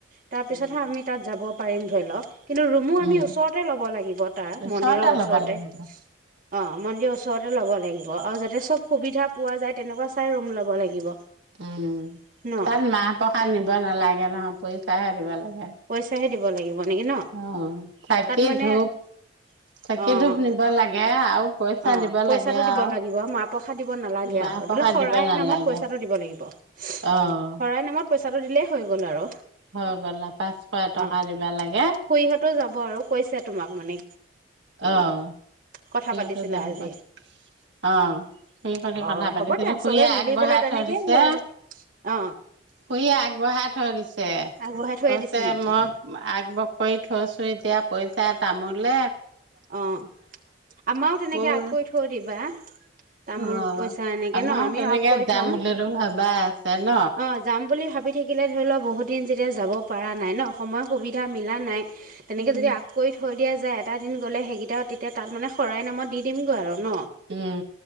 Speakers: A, on the right; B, on the right.
A: তাৰ পিছতহে
B: উম,
A: আমি তাত যাব পাৰিম ধৰি লওক কিন্তু ৰুমো আমি
B: উম।
A: ওচৰতে ল'ব লাগিব তাৰ
B: ওচৰতে
A: মন্দিৰৰ ওচৰতে
B: ল'ব লাগিব।
A: অ মন্দিৰ ওচৰতে ল'ব লাগিব আৰু যাতে চব সুবিধা পোৱা যায় তেনেকুৱা চাই ৰুম ল'ব লাগিব
B: উম
A: ন
B: তাত মাহ প্ৰসাদ নিব নালাগে ন অ পৰীক্ষাহে দিবা লাগে
A: পইচা হে দিব লাগিব নেকি ন
B: অ চাকি
A: তাত মানে
B: ধূপ চাকি
A: অ
B: ধূপ
A: অ
B: নিব লাগে আৰু পইচা
A: অ
B: দিব
A: পইচাটো
B: লাগে
A: দিব
B: আৰু।
A: লাগিব মাহ প্ৰসাদ দিব নালাগে
B: মাহ
A: আৰু ধৰি
B: প্ৰসাদ
A: ললে শৰাইৰ
B: দিব নালাগে।
A: নামত পইচাটো দিব লাগিব শৰাইৰ
B: অ'
A: নামত পইচাটো দিলেই হৈ গ'ল আৰু
B: হৈ গলা পাঁচশ টকা
A: অ
B: দিবা লাগে
A: খুৰীহঁতো যাব আৰু কৈছে তোমাক মানে
B: আহ
A: কথা পাতিছিলা
B: স জাম
A: আজি
B: পাছত অ খুইী খ
A: অ
B: কথা পাতিছিলু,
A: হ'ব দিয়া
B: খুুৰীয়ে
A: চবে মিলি
B: আগবঢ়াই
A: পেলাই তেনেকেই
B: থৈ দিছে,
A: যোৱা য অ
B: খুুৰীয়ে আগবঢ়াই থৈ দিছে ছে,
A: আগবঢ়াই থৈয়ে
B: ক'ছে
A: দিছে নেকি
B: মই আগবহ কৰি থৈছো এতিয়া পইচা তামোলেে
A: অঁ, আমাৰও তেনেকে
B: মই বোলো
A: আকৈ থৈ দিবা। তামোল
B: অ
A: পইচা এনেকে
B: আমাৰ
A: ন, আমিও
B: তেনেকে
A: আাক কৰি
B: যাম
A: থম,
B: বুলিতো ভাবা আছে ন
A: অঁ যাম বুলি ভাবি ভাব থাকিলে ধৰি লও বহুত দিন যেতিয়া যাব পৰা নাই ন, সময় সুবিধা মিলা নাই তেনেকে
B: উম
A: যদি আগ কৰি থৈ দিয়া যায় এটা গ'লে সেইকেইটা তেতিয়া তাত মানে শৰাই নামত দি দিমগৈ আৰু। ন,
B: উম